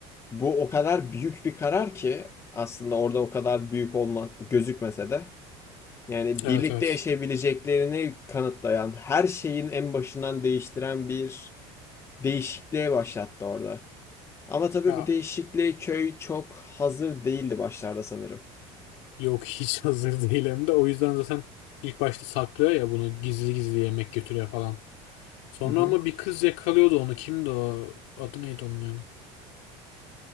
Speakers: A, on the left; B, on the left.
A: bu o kadar büyük bir karar ki aslında orada o kadar büyük olma gözükmese de yani
B: Evet
A: birlikte
B: evet.
A: yaşayabileceklerini kanıtlayan, her şeyin en başından değiştiren bir değişikliğe başlattı orada. Ama tabii
B: Ya
A: bu değişikliğe köy çok hazır değildi başlarda sanırım.
B: yok hiç <laughs> hazır değil hem de. O yüzden zaten ilk başta saklıyor ya bunu gizli gizli yemek götürüyor falan. Sonra
A: Hı hı.
B: ama bir kız yakalıyordu onu. Kimdi o? Adı neydi onun ya?